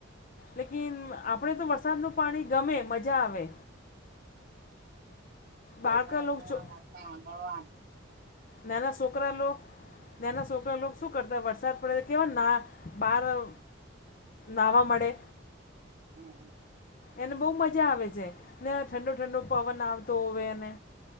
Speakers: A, on the left; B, on the right.
A: લેકિન આપડે તો વરસાદનુ પાણી ગમે મજા આવે.
B: વરસાદનુ
A: બાળકા લોક છો
B: આ મસ્ત <unintelligible> આ
A: નાના સોકરા લોગ નાના સોકરા લોગ સુ કરતા વરસાદ પડે એટલે કેવા ના બહાર અહ નાવા મંડે.
B: હમ્મ હમ્મ.
A: એને બહુ મજા આવે છે ને ઠંડો-ઠંડો પવન આવતો હોવે એને